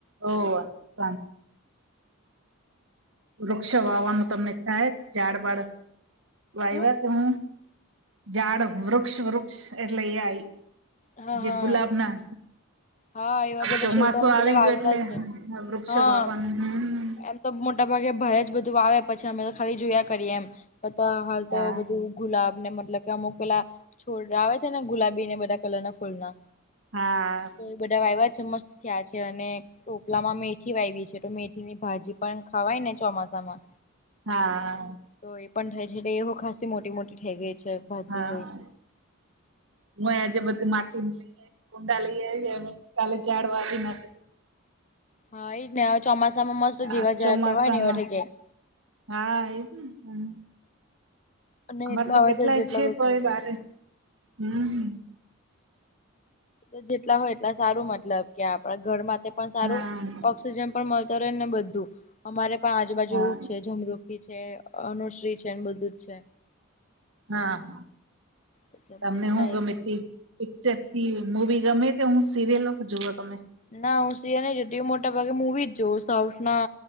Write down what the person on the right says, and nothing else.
ઓ સ. વૃક્ષ વાવાનું તમને થાય ઝાડ બાડ વાઈવા
તમે? ઝાડ વૃક્ષ વૃક્ષ એટલે એ આઈ
જે
ગુલાબ ના
અ. હવે
ચોમાસું
આવી
ગયો એટલે
વૃક્ષ
વાવાનું હમ.
હા
હા
હા.
હા.
હું આજે બધી માટી ને લઈ આવી કુંડા લઈ આવી એ કાલે ઝડવા આવી ના.
હા
ચોમાસામાં
હા એ જ ને હમ્મ.
અમારે
તો
કેટલાય
છે
તો છે
બારે હમ્મ.
હા
હા
હા હા
તમને
હું
ગમે તે પિક્ચર ટી વી મૂવી ગમે કે હું સિરિયલો જુઓ તમે?